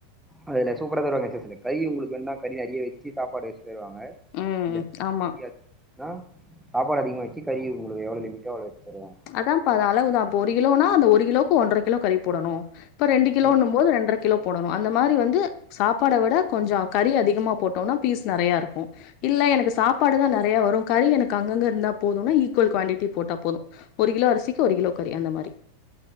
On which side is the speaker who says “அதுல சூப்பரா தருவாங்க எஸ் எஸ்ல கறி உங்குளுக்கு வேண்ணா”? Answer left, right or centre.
Centre